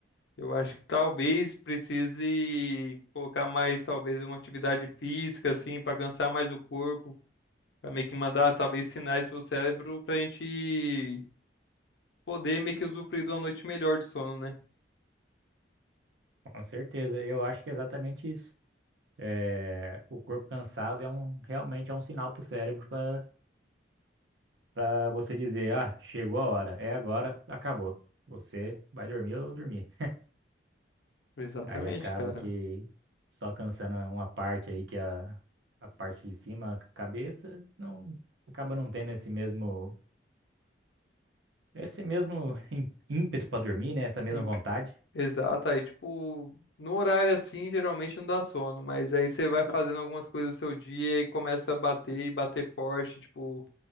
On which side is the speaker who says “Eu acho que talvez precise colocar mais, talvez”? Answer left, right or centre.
Left